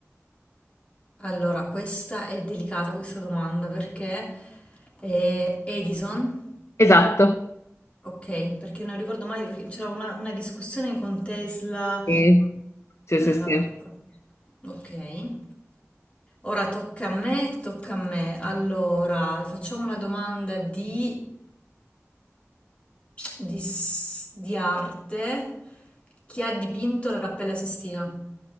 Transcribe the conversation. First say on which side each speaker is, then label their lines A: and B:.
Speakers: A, on the left; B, on the left.
A: Allora, questa è delicata questa domanda perché eh, Edison,
B: Esatto.
A: ok, perché non ricordo mai, perché c'era una, una discussione con Tesla
B: Sì, sì,
A: Ah,
B: sì. sì.
A: vabbè, pro- ok. Ora tocca a me, tocca a me. Allora, facciamo una domanda di, di s- di arte. Chi ha dipinto la Cappella Sistina?